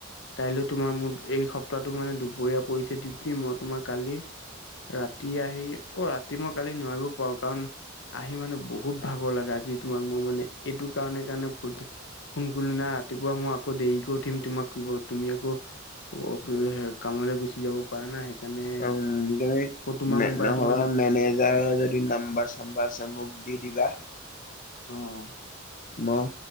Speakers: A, on the left (about 65°); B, on the left (about 40°).
A: কাইলৈ তোমাৰ মোৰ এই সপ্তাহটো মানে দুপৰীয়া পৰিছে দিউতি মই তোমাৰ কালি ৰাতি আহি, অ', ৰাতি মই কালি নোৱাৰিবও পাৰো কাৰণ আহি মানে বহুত ভাগৰ লাগে, আজি তোমাক মই মানে এইটো কাৰণে কাৰণে ফোন কৰিলো না ৰাতিপুৱা মই আকৌ দেৰিকৈ উঠিম তোমাক কিব তুমি আকৌ <unintelligible> কামলৈ গুচি যাব পাৰা না, সেইকাৰণে
B: উম তুমি
A: তোমাৰ মোবাইলটো
B: নহবা
A: মানে
B: মেনেজাৰৰ যদি নাম্বাৰ চাম্বাৰ আছে মোক দি দিবা
A: অ',
B: নহ